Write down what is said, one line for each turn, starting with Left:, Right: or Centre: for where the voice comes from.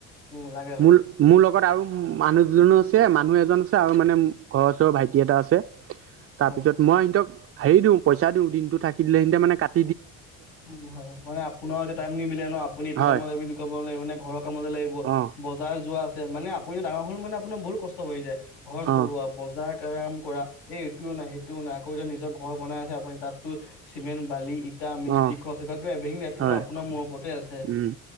Left: উম লাগে লাগে
Right: মোৰ মোৰ লগত আৰু উম, মানুহজনো আছে মানুহ এজন আছে আৰু মানে ঘৰৰ ওচৰৰ ভাইটি এটা আছে। তাৰপিছত
Left: হয়
Right: মই সিহঁতক। হেৰি দিও, পইচা দিও দিনটো থাকে। দিলে সিহঁতে মানে কাট
Left: উম হয় হয়, মানে আপোনাৰ এতিয়া টাইম নিমিলে ন আপুনি এইটো
Right: হয়
Left: কাম বুলি ক লাগিব নে ঘৰৰ কামতে লাগিব
Right: অ
Left: বজাৰ যোৱা আছে মানে আপুনিতো ডাঙৰ মানে আপোনাৰ বহু কষ্ট হৈ যায়। ঘৰ চলোৱা
Right: অ
Left: বজাৰ। এটা কাম কৰা এই এইটোও নাই সেইটোও নাই আকৌ এতিয়া নিজৰ ঘৰ বনাই আছে আপুনি তাততো চিমেণ্ট, বালি ইটা এয়া মিস্ত্ৰী
Right: অ
Left: খৰচ এই বিলাকতো এভ্ৰিথ্ৰিং দায়িত্ব
Right: হয়
Left: চব আপোনাৰ মোৰৰ ওপৰতে আছে।
Right: উম